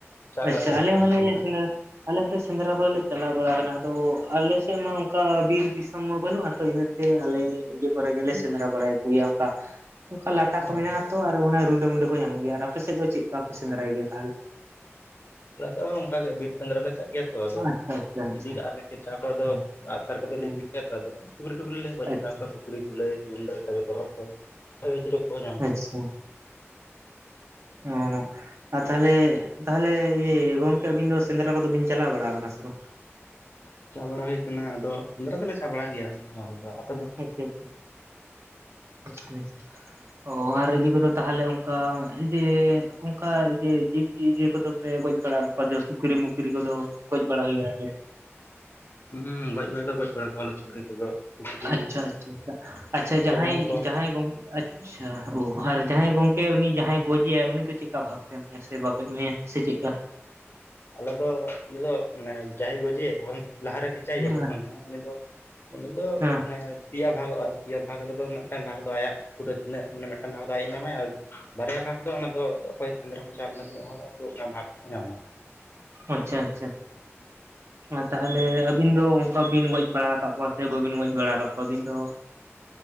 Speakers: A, on the left (about 50°); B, on the right (about 65°).
A: ᱪᱟᱜ
B: ᱟᱪᱪᱷᱟ
A: ᱵᱟᱲᱟᱜ ᱯᱮ
B: ᱟᱞᱮ
A: ᱥᱮ ᱵᱟᱝ
B: ᱦᱚᱸ ᱞᱮ
A: ᱥᱮᱸᱫᱽᱨᱟ?
B: ᱟᱞᱮ ᱦᱚᱸ ᱞᱮ ᱥᱮᱸᱫᱽᱨᱟ ᱠᱚᱞᱮ ᱪᱟᱞᱟᱣ ᱵᱟᱲᱟ ᱟᱠᱟᱱᱟ ᱟᱫᱚ ᱟᱞᱮ ᱥᱮᱫ ᱢᱟ ᱚᱱᱠᱟ ᱵᱤᱨ ᱫᱤᱥᱚᱢ ᱢᱟ ᱵᱟᱹᱱᱩᱜᱼᱟ ᱛᱚ ᱤᱱᱟᱹ᱾ ᱟᱞᱮ ᱠᱚᱨᱮ ᱜᱮ ᱞᱮ ᱥᱮᱸᱫᱽᱨᱟ ᱵᱟᱲᱟᱭ ᱜᱤᱭᱟ ᱚᱱᱠᱟ ᱚᱱᱠᱟ ᱞᱟᱴᱟ
A: ᱚ
B: ᱠᱚ ᱢᱮᱱᱟᱜ-ᱟ ᱛᱚ ᱟᱨ ᱚᱱᱟ ᱨᱩᱸᱰᱟᱹ ᱢᱩᱸᱰᱟᱹ ᱠᱚ ᱧᱟᱢᱚᱜ ᱜᱮᱭᱟ ᱟᱨ ᱟᱯᱮ ᱥᱮᱫ ᱫᱚ ᱪᱮᱫ ᱞᱮᱠᱟ ᱯᱮ ᱥᱮᱸᱫᱽᱨᱟᱭ ᱜᱮᱭᱟ ᱛᱟᱦᱚᱞᱮ?
A: ᱟᱞᱮ ᱥᱮᱫ ᱦᱚᱸ ᱚᱱᱠᱟ ᱜᱮ ᱵᱤᱨ ᱥᱮᱸᱫᱽᱨᱟ ᱞᱮ ᱪᱟᱞᱟᱜ ᱜᱮᱭᱟ ᱛᱚ ᱟᱫᱚ
B: ᱟᱪᱪᱷᱟ ᱟᱪᱪᱷᱟ ᱟᱪᱪᱷᱟ
A: ᱤᱫᱤ ᱠᱟᱜᱼᱟᱞᱮ ᱠᱮᱪᱟ ᱠᱚᱫᱚ
B: ᱦᱮᱸ
A: ᱟᱜᱥᱟᱨ ᱠᱚᱫᱚ
B: ᱦᱮᱸ
A: ᱞᱮ ᱤᱫᱤ ᱚᱠᱟ ᱫᱚ ᱥᱩᱠᱨᱤ ᱴᱩᱠᱨᱤ ᱞᱮ ᱜᱚᱡ
B: ᱟᱪᱪᱷᱟ
A: ᱵᱟᱲᱟ ᱠᱚᱣᱟ ᱥᱩᱠᱨᱤ ᱠᱩᱞᱟᱹᱭ ᱨᱩᱸᱰᱟᱹ ᱛᱟᱯᱚᱨᱮ ᱛᱚᱨᱚᱦᱚᱜ ᱠᱚ ᱧᱟᱢ
B: ᱟᱪᱪᱷᱟ ᱚ ᱟᱨ ᱛᱟᱦᱚᱞᱮ ᱛᱟᱦᱚᱞᱮ ᱤᱭᱟᱹ ᱜᱚᱝᱠᱮ ᱟᱹᱵᱤᱱ ᱫᱚ ᱥᱮᱸᱫᱽᱨᱟ ᱠᱚ ᱫᱚ ᱵᱤᱱ ᱪᱟᱞᱟᱣ ᱵᱟᱲᱟ ᱟᱠᱟᱱᱟ ᱥᱮ ᱵᱟᱝ?
A: ᱪᱟ ᱵᱟᱲᱟ ᱦᱩᱭ ᱟᱠᱟᱱᱟ ᱟᱫᱚ ᱥᱮᱸᱫᱽᱨᱟ ᱫᱚᱞᱮ ᱪᱟ ᱵᱟᱲᱟᱜ ᱜᱮᱭᱟ ᱾
B: <unintelligible> ᱚ ᱟᱨ ᱤᱭᱟᱹ ᱠᱚᱫᱚ ᱛᱟᱦᱚᱞᱮ ᱚᱱᱠᱟ ᱡᱮ ᱚᱱᱠᱟ ᱡᱮ ᱡᱤᱵᱽ ᱡᱤᱭᱟᱹᱞᱤ ᱠᱚᱫᱚ ᱞᱮ ᱜᱚᱡ ᱵᱟᱲᱟ ᱠᱚᱣᱟ ᱡ ᱥᱩᱠᱨᱤ ᱢᱩᱩᱠᱨᱤ ᱠᱚᱫᱚ ᱜᱚᱡ ᱵᱟᱲᱟ ᱦᱩᱭᱩᱜ-ᱟ ᱥᱮᱮ
A: ᱦᱩᱸ ᱜᱚᱡ ᱵᱟᱲᱟ ᱫᱚ ᱜᱚᱡ ᱵᱟᱲᱟ ᱠᱚᱣᱟ ᱞᱮ ᱥᱩᱠᱨᱤ ᱠᱚᱫᱚ ᱥᱩᱠᱨᱤ
B: ᱟᱪᱷᱟ ᱟᱪᱷᱟ ᱟᱪᱷᱟ ᱡᱟᱦᱟᱸᱭ
A: ᱪᱮᱢᱮᱧ ᱠᱚ
B: ᱡᱟᱦᱟᱸᱭ ᱜᱚᱝ ᱟᱪᱷᱟ ᱚ ᱟᱨ
A: ᱦᱩᱸ
B: ᱡᱟᱦᱟᱸᱭ ᱜᱚᱝᱠᱮ ᱩᱱᱤ ᱡᱟᱦᱟᱸᱭ ᱜᱚᱡᱮᱟᱭ ᱩᱱᱤ ᱫᱚ ᱪᱮᱫᱠᱟ ᱵᱷᱟᱵᱽ ᱛᱮᱢ ᱦᱮ ᱥᱮ ᱵᱟᱯᱮ ᱮᱢᱟᱹᱭᱟ ᱥᱮ ᱪᱮᱫ ᱞᱮᱠᱟ?
A: ᱟᱞᱮ ᱫᱚ ᱩᱱᱤ ᱫᱚ ᱢᱟᱱᱮ ᱡᱟᱦᱟᱸᱭ ᱜᱚᱡᱮᱭᱟ ᱞᱟᱦᱟᱮ ᱠᱮᱪᱟᱭᱮᱭᱟ
B: ᱦᱮᱸ
A: ᱯᱨᱚᱛᱷᱚᱢ ᱫᱚ ᱩᱱᱤ ᱫᱚ ᱩᱱᱤ ᱫᱚ
B: ᱦᱮᱸ
A: ᱢᱟᱱᱮ ᱯᱮᱭᱟ ᱵᱷᱟᱜᱽᱚᱜᱼᱟ ᱯᱮᱭᱟ ᱵᱷᱟᱜᱽ ᱨᱮᱫᱚ ᱢᱤᱫᱴᱟᱝ ᱵᱷᱟᱜᱽ ᱫᱚ ᱟᱭᱟᱜ ᱯᱩᱨᱟᱹ ᱛᱤᱱᱟᱹᱜ ᱢᱟᱱᱮ ᱢᱤᱫᱴᱟᱝ ᱫᱷᱟᱣ ᱫᱚ ᱟᱭ ᱧᱟᱢᱟᱭ ᱟᱨ ᱵᱟᱨᱭᱟ ᱵᱷᱟᱜᱽ ᱫᱚ ᱚᱱᱟ ᱫᱚ ᱚᱠᱚᱭ ᱥᱮᱸᱫᱽᱨᱟ ᱠᱚ ᱪᱟᱣᱞᱮᱱᱟ ᱛᱤᱱᱟᱹᱜ ᱦᱚᱲ ᱩᱱᱠᱩ ᱚᱱᱟ ᱵᱷᱟᱜᱽᱠᱚ ᱧᱟᱢᱟ᱾
B: ᱟᱪᱪᱷᱟ ᱟᱪᱪᱷᱟ, ᱢᱟ ᱛᱟᱦᱚᱞᱮ ᱟᱹᱵᱤᱱ ᱫᱚ ᱚᱱᱠᱟ ᱵᱤᱱ ᱜᱚᱡ ᱵᱟᱲᱟ ᱠᱟᱜ ᱠᱚᱣᱟ ᱥᱮ ᱵᱟᱹᱵᱤᱱ ᱜᱚᱡ ᱵᱟᱲᱟ ᱟᱠᱟᱫ ᱠᱚᱣᱟ ᱟᱹᱵᱤᱱ ᱫᱚ?